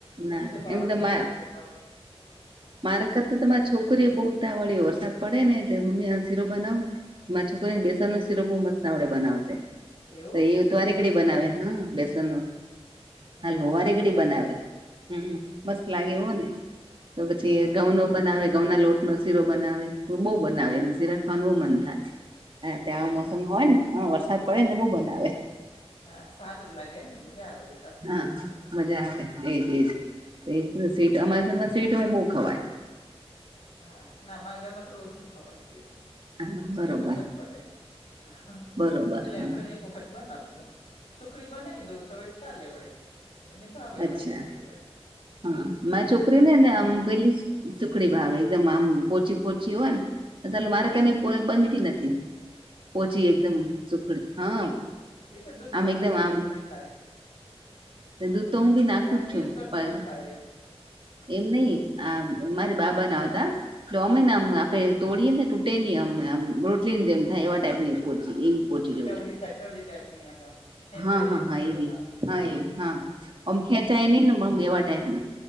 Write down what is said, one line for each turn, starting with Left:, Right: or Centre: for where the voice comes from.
Right: ના
Left: મને ભાવે
Right: એમ તો
Left: મીઠું
Right: મા
Left: મીઠું
Right: હ
Left: ખાવું
Right: મારા કર તે છોકરી છોકરી બહુ ઉતાવળી હોયે વરસાદ પડે એટલેમમ્મી આ સીરો બનાવું એમાં છોકરીને બેસનનો સીરો બહુ મસ્ત આવડે બનાવતા
Left: એવું
Right: તો એ તો વારીગડી
Left: હા
Right: બનાવે હા બેસન નું હાલવો
Left: તો સરસ
Right: વારીગડી
Left: લાગે
Right: બનાવે
Left: ત
Right: હમ્મ મસ્ત
Left: હા
Right: લાગે એવું ને તો પછી
Left: એવું
Right: ઘઉનો બનાવે ઘઉના લોટ નો શીરો બનાવે બહુ બનાવેને શીરા ખાવાનું બહુ મન થાય હ ત્યાં
Left: એવું
Right: મોસમ
Left: હા
Right: હોય ને હ વરસાદ પડે ને તો બહ બનાવે
Left: હા સારું લાગે ને મજા આવે તો
Right: હા મજા આવે ઈજ ઈજ
Left: એટલે
Right: સ્વીટ
Left: જ
Right: અમા ઘર મા સ્વીટ બહુ ખવાય
Left: હા ના અમારા ઘરમાં થોડું ઓછું ખવાય સ્વીટ
Right: હા બરોબર
Left: ઓછું પસંદ પડે એટલે
Right: બરોબર હા
Left: અઠવાડિયામાં એક વખત બનાવું એમ સુખડી બનાવી દઉં તો ચાલે વળી એને ભાવે
Right: અચ્છા
Left: વળી સુખડી વળી
Right: હા મારી છોકરીને
Left: સી
Right: ને પેલી
Left: હા
Right: સુખડી ભાવે એકદમ આમ પોચી પોચી હોય ને ચાલ મારે
Left: પોચી
Right: બનતી નથી પોચી એકદમ સુખડી હા
Left: એ તો દૂધ
Right: આમ
Left: નાખવું
Right: એકદમ
Left: પડે
Right: આમ
Left: પોછી થાય.
Right: દૂધ તો હું બી
Left: દૂધ
Right: નાખું
Left: નાખીએ
Right: જ છું
Left: તો
Right: પણ
Left: સ્મૂથ થાય એમ.
Right: એમ નહિ, આ મારી બા બનાવતા. તોઅમે ને આમ આપડે તોડીએ ને તૂટે નહી, આમ આમ રોટલીની જેમ થાય એવા ટાઈપ ની પોચી, એવી પચી જોવે,
Left: ચવડી થાય ચવડી ટાઈપ ની એમ ખેંચાય
Right: હા હા
Left: એમ
Right: હા
Left: ને થોડુંક
Right: એવી,
Left: આમ
Right: હા એવ હા, આમ ખેંચાય નહી નેમ એવા ટાઈપમાં.